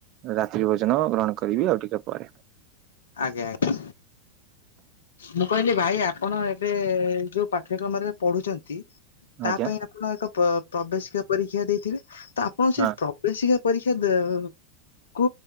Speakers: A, on the right; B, on the left.
A: ରାତିି ବସି ମ ଗ୍ରହଣ କରିବି ଆଉ ଟିକେ ପରେ।
B: ଆଜ୍ଞା ଆଜ୍ଞା। ମୁଁ କହିଲି ଭାଇ ଆପଣ ଏବେ ଯୋଉ ପାଠ୍ୟକ୍ରମରେ ପଢୁଚନ୍ତି ତା
A: ଆଜ୍ଞା
B: ପାଇଁ ଆପଣ ଏକ ପ-ପ୍ରବେଶିକା ପରୀକ୍ଷା ଦେଇଥିବେ। ତ ଆପଣ ସେ
A: ହଁ
B: ପ୍ରବେଶିକା ପରୀକ୍ଷା ଦେଉ କୁ